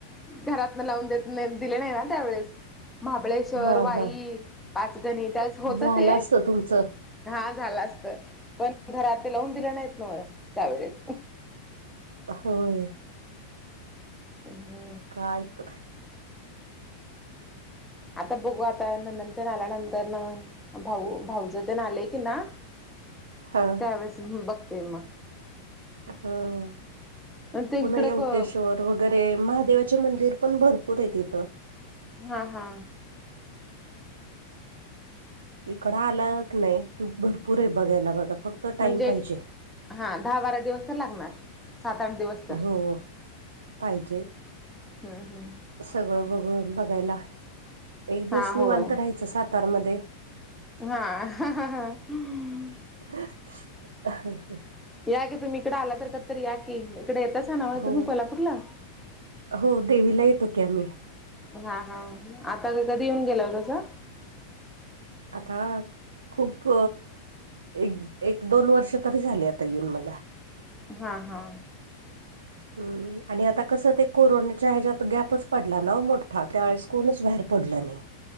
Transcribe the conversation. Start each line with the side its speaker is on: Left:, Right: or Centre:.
Centre: घरातन लावून देत नाही दिले नाही ना त्यावेेळेस. महाबळेश्वर
Right: हा
Centre: वाई
Right: हा
Centre: पाचगणी त्यावेळेस होतं
Right: झालं
Centre: ते,
Right: असतं तुमचं
Centre: हा झाला असतं पण घरातन लावून दिलं नाहीत ना मला त्यावेेळेस,
Right: होय,
Centre: हम्,
Right: <inaudible> काय तर,
Centre: आता बघू आता नणंद तेन आल्यानंतर न भाऊ भाऊज तेन आले की ना.
Right: हा,
Centre: त्यावेळेस बघते मग,
Right: ह <inaudible>
Centre: पण ते
Right: पुन
Centre: इकडं
Right: येऊतेशवर, वगैरे महादेवाचे मंदिर पण भरपूर आहे इथं,
Centre: हा हा,
Right: इकड आला क नाही कि भरपूर आहे बघायला बघा फक्त टाइम
Centre: म्हणजे
Right: पाहिजे.
Centre: हा दहा बारा दिवस तर लागणार सात आठ दिवस तर.
Right: हो <inaudible> पाहिजे,
Centre: हम्म हम्म,
Right: सगळं बघ बघायला एक दिवस
Centre: हा
Right: निवांत
Centre: होय
Right: राहायचं सातारमध्ये,
Centre: हा, <unintelligible>
Right: <unintelligible>
Centre: या क तुम्ही इकडे आला तर कधी तर या की, इकडे येतायसा न्हव
Right: हो
Centre: तुम्ही कोल्हापूरला
Right: हो देवीला येतो की आम्ही
Centre: हा हा आता कधी येऊन गेला तसं
Right: आता खूप एक एक दोन वर्ष तरी झाली आता येऊन मला
Centre: हा हा
Right: ह्म आणि आता कसं ते कोरोनाच्या ह्याच्यात गॅपच पडला ना मोठा त्यावेळेस कोणच बाहेर पडल नाही